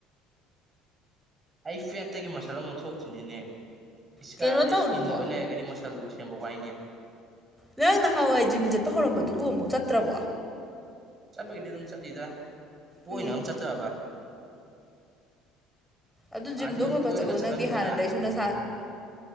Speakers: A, on the right (about 30°); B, in the centre.
A: ꯑꯩ ꯐꯦꯠꯇꯒꯤ ꯃꯁꯜ ꯑꯃꯨꯨꯛ ꯊꯣꯛꯇꯣꯢꯅꯤꯅꯦ ꯏꯁꯥꯁꯦ
B: ꯀꯩꯅꯣ ꯇꯧꯔꯤꯕꯣ
A: ꯏꯁꯀꯤꯅꯤ ꯑꯣꯏ ꯂꯩꯔꯒꯗꯤ ꯃꯁꯜꯗꯤ <unintelligible> ꯋꯥꯏꯅꯦ
B: ꯅꯪ ꯅꯍꯥꯟꯋꯥꯏ ꯖꯤꯝ ꯆꯠꯄ ꯍꯧꯔꯝꯕꯗꯨꯕꯨ ꯑꯃꯨꯛ ꯆꯠꯇ꯭ꯔꯕꯣ
A: ꯆꯠꯄꯒꯤꯗꯤ ꯑꯗꯨꯝ ꯆꯠꯂꯤꯗ ꯇꯣꯏꯅ
B: ꯎꯝ
A: ꯑꯗꯨꯝ ꯆꯠꯇꯕ
B: ꯑꯗꯨ
A: ꯍꯥꯟꯅꯗꯤ
B: ꯖꯤꯝꯗꯣ
A: ꯑꯗꯨꯝ
B: ꯈꯔ
A: ꯇꯣꯏꯔꯒ
B: ꯈꯔ ꯆꯠꯂꯣ
A: ꯆꯠꯂꯝꯃꯤꯗꯅ
B: ꯅꯪꯗꯤ ꯍꯥꯟꯅꯗꯩꯁꯨ ꯅꯁꯥ